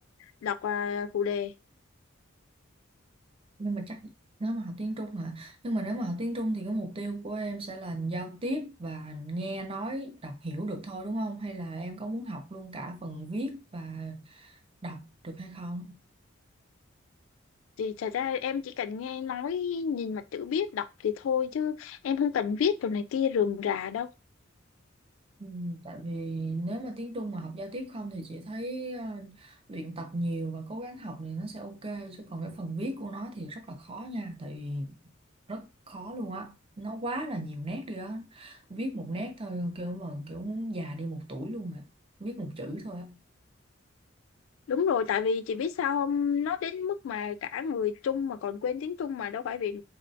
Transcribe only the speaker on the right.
nhưng mà chắc nếu mà học tiếng Trung hả nhưng mà nếu mà học tiếng Trung thì cái mục tiêu của em sẽ là giao tiếp và nghe nói đọc hiểu được thôi đúng không hay là em có muốn học luôn cả phần viết và đọc được hay không
Ừ, tại vì nếu mà tiếng Trung mà học giao tiếp không thì chị thấy ờ, luyện tập nhiều và cố gắng học thì nó sẽ ok chứ còn cái phần viết của nó thì rất là khó nha tại vì rất khó luôn á nó quá là nhiều nét đi á viết một nét thôi kiểu mà kiểu muốn già đi một tuổi luôn á viết một chữ thôi á